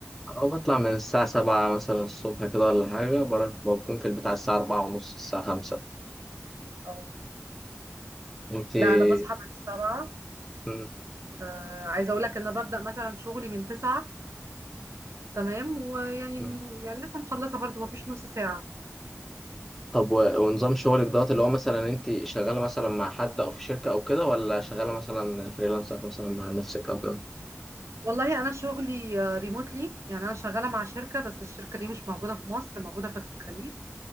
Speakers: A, in the centre; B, on the right (about 70°).
A: اه بطلع من الساعة 7 مثلا الصبح كده ولا حاجة بروح بكون في البيت على الساعة 4 ونص الساعة 5
B: اه
A: انتي
B: لا انا بصحى من السبعة
A: مم.
B: آه عايزة اقول لك ان انا ببدأ مثلا شغلي من تسعة تمام ويعني
A: مم.
B: يعني لسه مخلصة برضو ما فيش نص ساعة
A: طب و- ونظام شغلك دوت اللي هو مثلا انتي شغالة مثلا مع حد او في شركة او كده ولا شغالة مثلا فريلانسر مثلا مع نفسك او كده
B: والله انا شغلي ريموتلي يعني انا شغالة مع شركة بس الشركة دي مش موجودة في مصر موجودة في الخليج